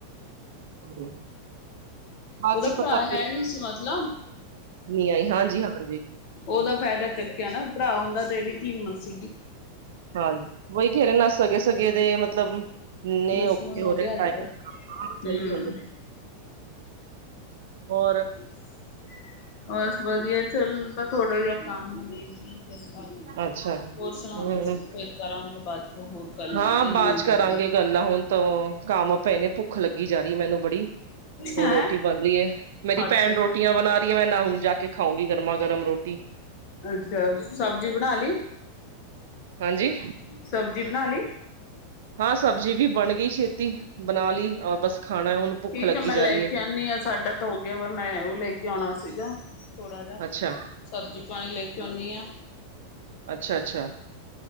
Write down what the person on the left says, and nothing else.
ਉਹਦਾ ਭਰਾ
ਹੈ ਨੀ ਸੀ ਮਤਲਬ
ਉਹਦਾ ਫਾਇਦਾ ਚਕਿਆ ਨਾ ਭਰਾ ਹੁੰਦਾ ਤੇ ਇਹਦੀ ਕੀ ਹਿੰਮਤ ਸੀਗੀ।
ਦੁਸ਼ਮਣ
ਗਿਆ
ਅੱਜ
ਕੱਲ
ਹਮ
<inaudible> ਬਸ ਵਧੀਆ, ਚੱਲ, ਮੈਂ ਥੋੜਾ ਜਿਹਾ ਕੰਮ ਦੇਖਦੀ ਹਾਂ। ਫਿਰ ਬਾਦ,
ਹੋਰ ਸੁਣਾਓ
ਤੁਸੀਂ, ਫੇਰ ਕਰਾਂਗੇ ਬਾਦ 'ਚੋਂ ਹੋਰ ਗੱਲਾਂ
ਇੰਗਲਿਸ਼
ਬਾਰੇ।
ਹੈਂ
ਅੱਛਾ
ਅੱਛਾ ਸਬਜ਼ੀ ਬਣਾ ਲਈ?
ਸਬਜ਼ੀ ਬਣਾ ਲਈ?
ਠੀਕ
ਆ ਮੈਂ
ਲੈ
ਕੇ
ਆਉਦੀ ਹਾਂ, ਸਾਡਾ ਤਾਂ ਹੋ ਗਿਆ ਵਾ, ਮੈਂ ਉਹ ਲੈ ਕੇ ਆਉਣਾ ਸੀਗਾ। ਥੋੜਾ ਜਿ,
ਸਬਜ਼ੀ ਪਾਣੀ ਲੈ ਕੇ ਆਉਂਦੀ ਹਾਂ।